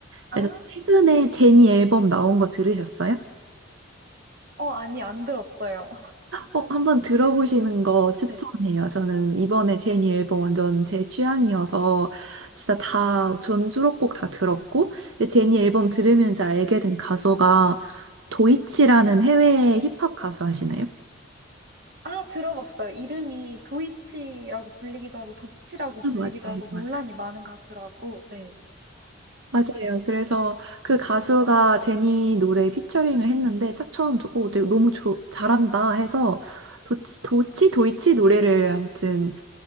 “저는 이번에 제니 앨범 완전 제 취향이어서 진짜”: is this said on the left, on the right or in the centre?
Right